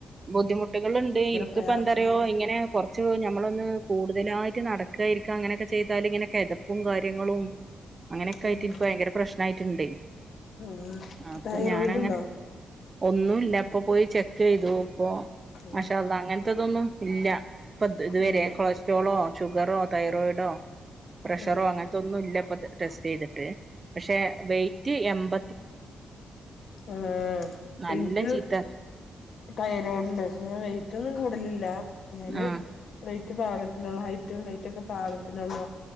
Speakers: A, on the right; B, on the left.
A: ബുദ്ധിമുട്ടുകളുണ്ട് ഇൻക്കിപ്പന്താറിയ്യോ
B: പ്രയാസം
A: ഇങ്ങനെ കൊർച്ച് ക നമ്മളൊന്ന് കൂടുതലായിട്ട് നടക്കാ ഇരിക്കാ അങ്ങനെയൊക്കെ ചെയ്തല് ഇങ്ങനെ കെതപ്പും കാര്യങ്ങളും. അങ്ങനെയൊക്കെ
B: ഉം
A: ആയിട്ട് ഇൻക്ക് ഭയങ്കര പ്രശ്നായ്റ്റ്ണ്ട്.
B: ഉം
A: അപ്പൊ
B: തൈറോയിഡ്
A: ഞാനങ്ങനെ
B: ഉണ്ടോ
A: ഒന്നുല്ല. ഇപ്പൊ പോയി ചെക്ക് ചെയ്തു ഇപ്പൊ മാഷാഅല്ലാഹ്
B: ഉം
A: അങ്ങൻത്തെതൊന്നും ഇല്ല. ഇപ്പ ഇതുവരെ
B: ഉം
A: കൊളസ്ട്രോളോ ഷുഗറോ തൈറോയിഡോ പ്രഷറോ
B: ഉം
A: അങ്ങനത്തെൊന്നും ഇല്ലപ്പൊ ടെസ്റ്റ് ചെയ്തിട്ട് പക്ഷേ വെയിറ്റ് എമ്പ
B: ആ
A: നല്ല
B: ഇൻക്ക്
A: ചീത്ത
B: തൈറോ ണ്ട് പക്ഷേ ഞാൻ വെയിറ്റൊന്നും കൂടലില്ലാ ഞാന്
A: ആഹ്
B: വെയ് റ്റ് പാകത്തിനൊള്ളു ഹൈറ്റും വെയ്റ്റൊക്കെ പാകത്തിനൊള്ളു